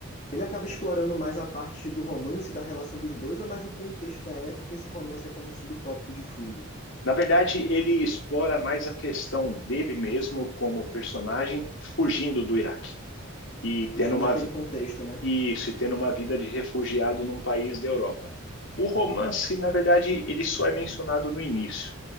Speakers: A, on the left; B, on the left.
A: ele acaba explorando mais a parte do romance, da relação dos dois, ou mais o contexto da época, e esse romance é como um subtópico de fundo,
B: Na verdade, ele explora mais a questão dele mesmo como personagem fugindo do Iraque e
A: fugindo
B: tendo uma
A: daquele contexto, né?
B: isso,
A: <laughs>
B: e tendo uma vida de refugiado num país da Europa. O romance, na verdade, ele só é mencionado no início